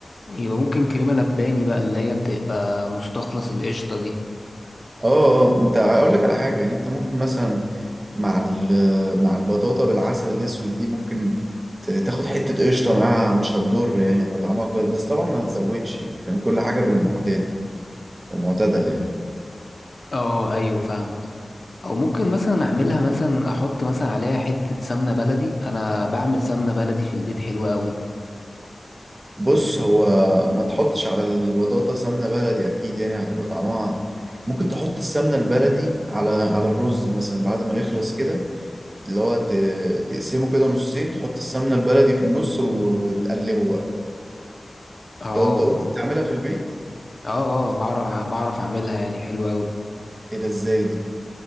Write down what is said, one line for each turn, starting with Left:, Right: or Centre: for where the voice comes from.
Left: يبقى ممكن كريمة لباني بقى اللي هي بتبقى مستخلص القشطة دي
Right: اه اه وانت هقول لك على حاجه يعني انت ممكن مثلا مع ال- مع البطاطا بالعسل الاسود دي ممكن ت- تاخد حته قشطه معاها مش هتضر يعني لما طعمها كويس بس طبعا ما تزودش يعني فاهم كل حاجه بالمعتاد ومعتدل يعني
Left: اه ايوه فاهم او ممكن مثلا اعملها مثلا احط مثلا عليها حتة سمنة بلدي انا بعمل سمنة بلدي في البيت حلوة قوي
Right: بص هو ما تحطش على البطاطا سمنه بلدي اكيد يعني هتبقى طعمها ممكن تحط السمنه البلدي على على الرز مثلا بعد ما يخلص كده اللي هو ت- تقسمه كده نصين تحط السمنه البلدي في النص و- وتقلبه بقى
Left: اه
Right: انت انت قلت بتعملها في البيت
Left: اه اه بعرف بعرف اعملها يعني حلوة قوي
Right: ايه ده ازاي دي